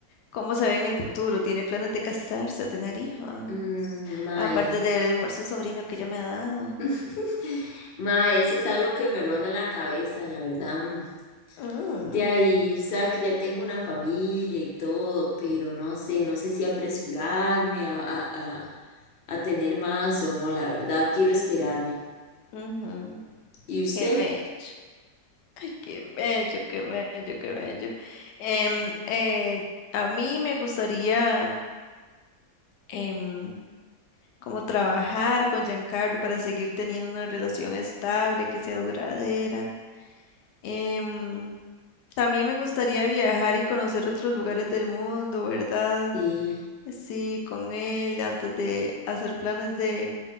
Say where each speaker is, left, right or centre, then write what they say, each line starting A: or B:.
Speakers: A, on the left; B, on the left.
A: ¿cómo se ve en el futuro? ¿Tiene planes de casarse o tener hijos?
B: mm, mae.
A: Aparte del hermoso sobrino que ella me ha dado.
B: <laughs> Ma, eso es algo que me ronda la cabeza, la verdad. mm.
A: Mm,
B: De ahí, sabe que ya tengo una familia y todo, pero no sé, no sé si apresurarme a, a- a- a tener más o no, la verdad, quiero esperarme.
A: ujú,
B: ¿Y usted?
A: Qué bello. Qué bello, qué bello, qué bello. Em, eh, a mí me gustaría em, como trabajar con Giancarlo para seguir teniendo una relación estable, que sea duradera. Em, también me gustaría viajar y conocer otros lugares del mundo, ¿verdad?
B: Sí,
A: Sí, con él, antes de hacer planes de,